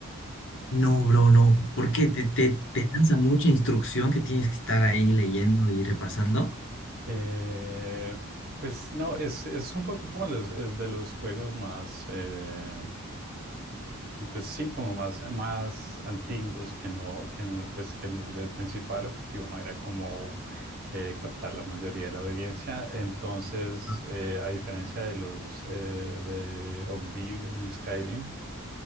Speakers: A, on the left; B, on the right.
A: No, bro, no, porque te, te, te lanza mucha instrucción que tienes que estar ahí leyendo y repasando.
B: Eh, pues no, es, es un poco como los, es de los juegos más, eh, pues sí, como más, más antiguos que no, que no- pues que el el principal objetivo no era como eh, captar la mayoría de la audiencia. Entonces,
A: Ah,
B: eh, a diferencia de los eh, de Oblivion y Skyrim,